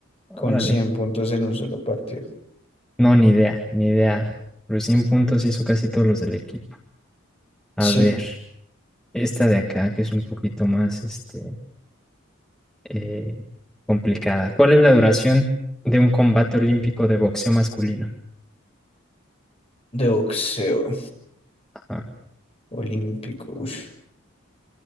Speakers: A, on the left (about 30°); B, in the centre.
A: con
B: Órale.
A: 100 puntos en un solo partido.
B: No, ni idea, ni idea. Pero 100 puntos hizo casi todos los del equipo. A
A: Sí,
B: ver, esta de acá que es un poquito más este, eh, complicada. ¿Cuál es la duración de un combate olímpico de boxeo masculino?
A: de boxeo.
B: Ajá.
A: Olímpico. ush.